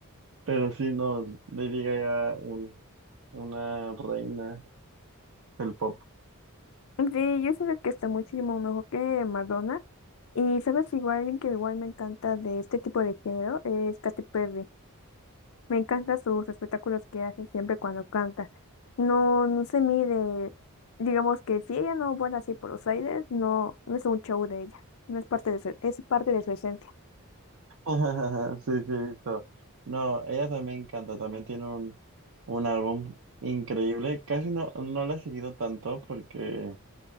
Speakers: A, on the right; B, on the left.
A: pero sí, no, Lady Gaga, un, una reina. El pop.
B: Sí, yo siento que está muchísimo mejor que Madonna. Y sabes, igual alguien que igual me encanta de este tipo de género es Katy Perry. Me encantan sus espectáculos que hace siempre cuando canta. No, no se mide, digamos que si ella no vuela así por los aires, no, no es un show de ella, no es parte de su, es parte de su esencia.
A: <laughs> Sí, sí, he visto. No, ella también canta, también tiene un, un álbum increíble. Casi no, no la he seguido tanto porque,